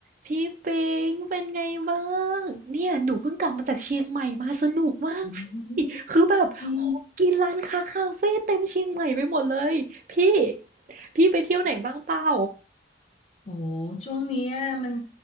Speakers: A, on the right; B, on the left.
A: พี่ปิงเป็นไงบ้างเนี่ยหนูเพิ่งกลับมาจากเชียงใหม่มาสนุกมากพี่
B: อืม
A: คือแบบของกินร้านค้าคาเฟ่เต็มเชียงใหม่ไปหมดเลยพี่
B: นี่
A: พี่ไปเที่ยวไหนบ้างเปล่า
B: โอ้ช่วงเนี้ยมัน